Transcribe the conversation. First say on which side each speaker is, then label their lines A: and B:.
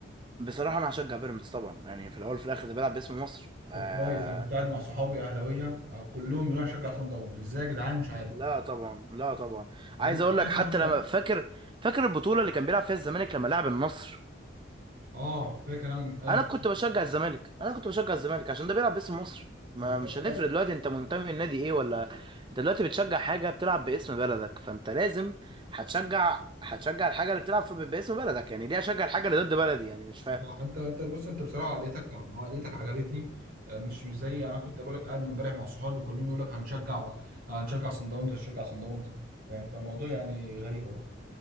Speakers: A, on the right (about 25°); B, on the right (about 50°).
A: بصراحة انا هشجع بيراميدز طبعا يعني في الاول وفي الاخر ده بيلعب باسم مصر آه
B: طب كويس انا كنت قاعد مع صحابي اهلاويه كلهم يقولوا انا هشجع سان داونز ازاي يا جدعان مش عارف
A: لا طبعا لا طبعا
B: طب
A: عايز
B: انت
A: اقول
B: شايف
A: لك حتى
B: الماتش
A: لما فاكر فاكر البطوله اللي كان بيلعب فيها الزمالك لما لعب النصر
B: اه فاكر انا ايوه
A: انا
B: فاكر
A: كنت بشجع الزمالك انا كنت بشجع الزمالك عشان ده بيلعب باسم مصر
B: بالظبط
A: ما مش هنفرق دلوقتي انت منتمي لنادي ايه ولا انت دلوقتي بتشجع حاجه بتلعب باسم بلدك فانت لازم هتشجع هتشجع الحاجه اللي بتلعب في باسم بلدك يعني ليه اشجع الحاجه اللي ضد بلدي يعني مش فاهم
B: صح انت انت بص انت بصراحه عقليتك عقليتك عجبتني آه، مش مش زي يعني انا كنت بقول لك قاعد امبارح مع صحابي كلهم يقول لك هنشجع بقى هنشجع صن داونز هنشجع صن داونز فاهم فالموضوع يعني غريب قوي